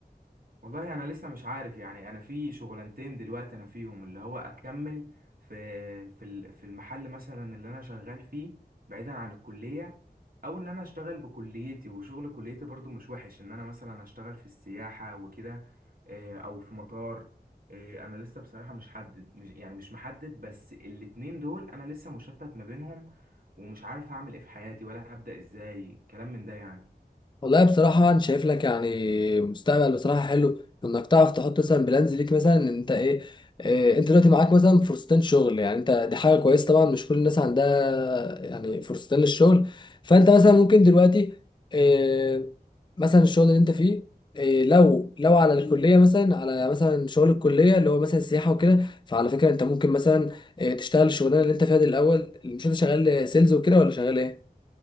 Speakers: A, on the right; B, on the left.
A: والله انا لسه مش عارف يعني انا في شغلانتين دلوقتي انا فيهم اللي هو اكمل في في ال- في المحل مثلا اللي انا شغال فيه بعيدا عن الكلية او ان انا اشتغل بكليتي وشغل كليتي برضو مش وحش ان انا مثلا اشتغل في السياحة وكده آه، او في مطار آه، انا لسه بصراحة مش حدد مش يعني مش محدد بس الاتنين دول انا لسه مشتت ما بينهم ومش عارف هعمل ايه في حياتي ولا هبدأ ازاي كلام من ده يعني
B: والله بصراحة أنا شايف لك يعني مستقبل بصراحة حلو إنك تعرف تحط مثلا بلانز ليك مثلا إن أنت إيه, إيه أنت دلوقتي معاك مثلا فرصتين شغل يعني أنت دي حاجة كويسة طبعا مش كل الناس عندها يعني فرصتين للشغل فأنت مثلا ممكن دلوقتي إيه مثلا الشغل اللي أنت فيه إيه لو لو على الكلية مثلا على مثلا شغل الكلية اللي هو مثلا سياحة وكده فعلى فكرة أنت ممكن مثلا إيه تشتغل الشغلانة اللي أنت فيها دي الأول مش أنت شغال سيلز وكده ولا شغال إيه؟